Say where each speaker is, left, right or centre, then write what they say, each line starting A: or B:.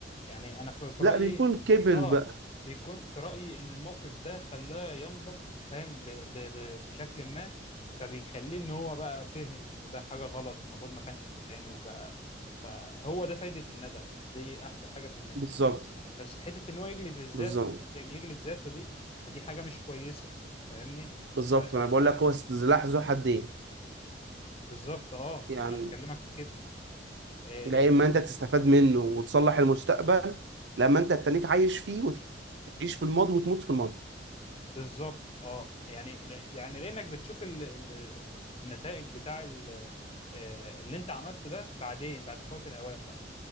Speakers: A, on the left; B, on the right.
A: يعني انا في, في
B: لا
A: رايي
B: بيكون كبر
A: اه
B: بقى
A: بيكون في رايي ان الموقف ده خلاه ينضج فاهم ب... ب... ب... بشكل ما فبيخليه ان هو بقى فهم ده حاجه غلط المفروض ما كانش تتعمل بقى هو ده فايده الندم دي احلى حاجه في الندم
B: بالظبط
A: بس حته ان هو يجلد الذات
B: بالظبط
A: زي يجلد ذاته دي فدي حاجه مش كويسه فاهمني
B: بالظبط ما انا بقول
A: ف...
B: لك هو سلاح ذو حدين
A: بالظبط اه
B: يعني
A: ما انا بكلمك في كده آه،
B: العلم ما
A: آه،
B: انت تستفاد منه وتصلح المستقبل لما انت تتنيك عايش فيه وتعيش في الماضي وتموت في الماضي
A: بالظبط اه يعني يعني لانك بتشوف ال... ال... النتائج بتاع ال... آه، اللي انت عملته ده بعدين بعد فوات الاوان بقى